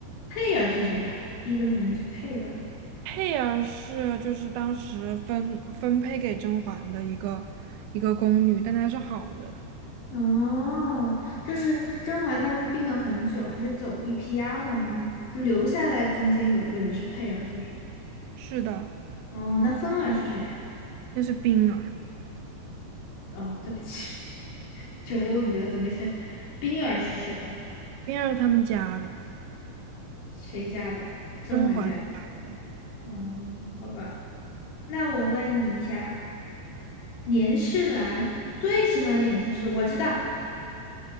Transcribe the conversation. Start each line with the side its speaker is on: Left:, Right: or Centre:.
Left: 佩儿是谁呀？第一个选项是佩儿。
Right: 佩儿是就是当时分分配给甄嬛的一个一个宫女，但她是好人。
Left: 哦，就是甄嬛，她不是病了很久，不是走了一批丫鬟吗？就留下来中间有一个人是佩儿，是不是？
Right: 是的，
Left: 哦，那芬儿是谁呀？
Right: 那是冰儿，
Left: 哦，对不起，<laughs> 九溜鱼的怎么是冰儿是谁呀、
Right: 冰儿是他们家的，
Left: 谁家的？甄嬛家。
Right: 甄嬛家的。
Left: 嗯，好吧。那我问你一下，年世兰最喜欢点心是？我知道，